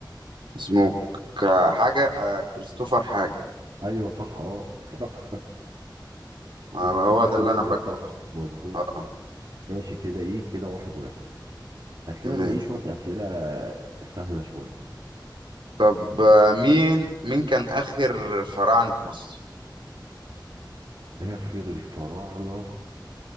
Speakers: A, on the right (about 85°); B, on the right (about 60°).
A: اسمه ك- حاجة آه كريستوفر حاجة
B: ايوه صح اه <laughs> صح
A: آه
B: كريستوفر
A: هو ده
B: كولومبوس
A: اللي انا فاكره
B: صح
A: بس.
B: مظبوط
A: اه
B: ماشي كده ايه كده واحد واحد هات
A: تمام
B: لنا بقى ايه شويه اسئله سهله شويه
A: طب آه، مين مين كان آخر فراعنة مصر؟
B: اخر الفراعنه